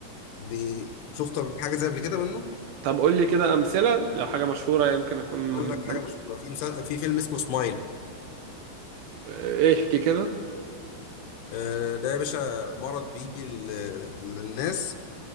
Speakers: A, on the left; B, on the right.
A: بي- شفت حاجه زي قبل كده منه
B: طب قول لي كده أمثلة لو حاجة مشهورة يمكن أكون
A: اقول لك
B: سم...
A: حاجه مش في مسا... في فيلم اسمه سمايل
B: إيه، احكي كده
A: آه، ده يا باشا مرض بيجي ل- للناس